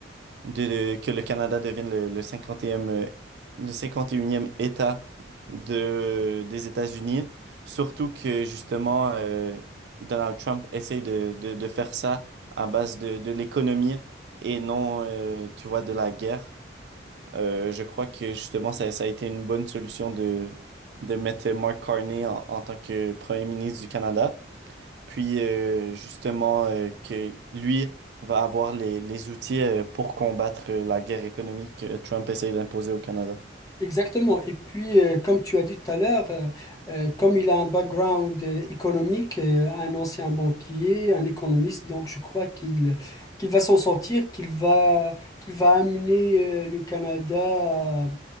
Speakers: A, on the right (about 60°); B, on the left (about 20°).
A: de- que le Canada devienne le, le 50e, euh, le 51e État de, des États-Unis. Surtout que justement, euh, Donald Trump essaye de, de- de faire ça à base de, de l'économie et non, euh, tu vois, de la guerre. Euh, je crois que justement, ça, ça a été une bonne solution de, de mettre Mark Carney en en tant que Premier ministre du Canada. Puis euh, justement euh, que lui va avoir les, les outils euh, pour combattre euh, la guerre économique que Trump essaie d'imposer au Canada.
B: Exactement. Et puis, euh, comme tu as dit tout à l'heure, euh, euh, comme il a un background euh, économique, euh, un ancien banquier, un économiste, donc je crois qu'il qu'il va s'en sortir, qu'il va, qu'il va amener euh, le Canada à,